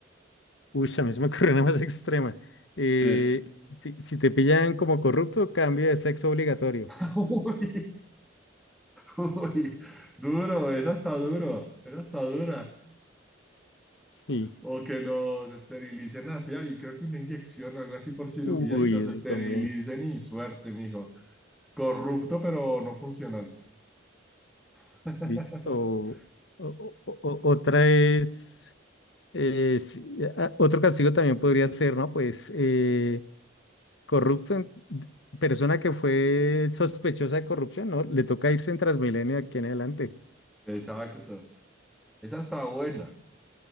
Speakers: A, on the left; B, in the centre.
A: Uy, a mí se me <laughs> ocurre una más extrema. Eh,
B: Sí.
A: si, si te pillan como corrupto, cambio de sexo obligatorio.
B: <laughs> Uy, uy, duro, esa está duro, esa está dura.
A: Sí.
B: O que los esterilicen así, y creo que una inyección o algo así por cirugía
A: Uy,
B: y los
A: eso
B: esterilicen
A: también.
B: y suerte, mijo. Corrupto, pero no funcional. <laughs>
A: Listo. O- o- o- otra es, eh, si- a- otro castigo también podría ser, ¿no? Pues eh, Corrupto, en- persona que fue sospechosa de corrupción, ¿no? Le toca irse en Transmilenio de aquí en adelante.
B: Exacto. Esa está buena.